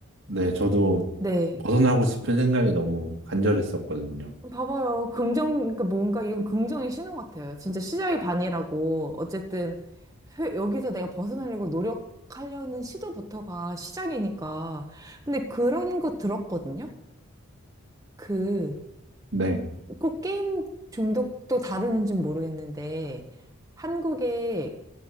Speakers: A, on the right; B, on the right.
A: 네, 저도
B: 네.
A: 벗어나고 싶은 생각이 너무 간절했었거든요.
B: 봐봐요. 긍정, 그러니까 뭔가 이건 긍정의 신호 같아요. 진짜 시작이 반이라고. 어쨌든, 회- 여기서 내가 벗어나려고 노력하려는 시도부터가 시작이니까. 근데 그런 거 들었거든요? 그,
A: 네,
B: 꼭 게임 중독도 다루는지는 모르겠는데, 한국에